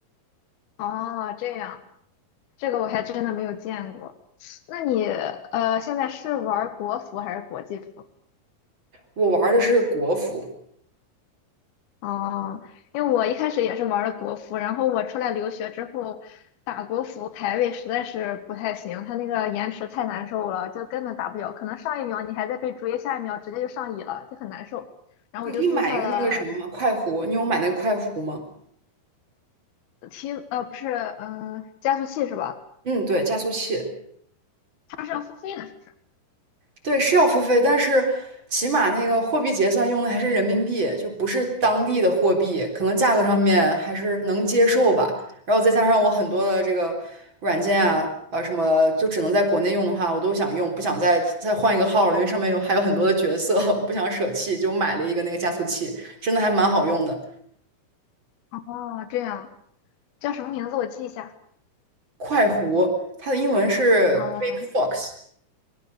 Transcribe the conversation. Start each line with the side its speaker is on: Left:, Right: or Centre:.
Left: 哦，这样这个我还真的没有见过。那你呃，现在是玩国服还是国际服？
Right: 我玩的是国服，
Left: 哦，因为我一开始也是玩的国服，然后我出来留学之后，打国服排位实在是不太行，它那个延迟太难受了，就根本打不了。可能上一秒你还在被追，下一秒直接就上椅了，就很难受。然后我就注册了
Right: 你可以买一个那个什么吗？快壶，你有买那个快壶吗？
Left: T，呃，不是，嗯、加速器是吧？
Right: 嗯，对，加速器。
Left: 它是要付费的是吧。
Right: 对，是要付费，但是起码那个货币结算用的还是人民币，就不是当地的货币，可能价格上面还是能接受吧。然后再加上我很多的这个软件啊，啊什么就只能在国内用的话，我都想用，不想再再换一个号了，因为上面有还有很多的角色，<laughs> 我不想舍弃，就买了一个那个加速器，真的还蛮好用的。
Left: 哦，这样叫什么名字？我记一下。
Right: 快狐，它的英文是
Left: 嗯
Right: QuickFox，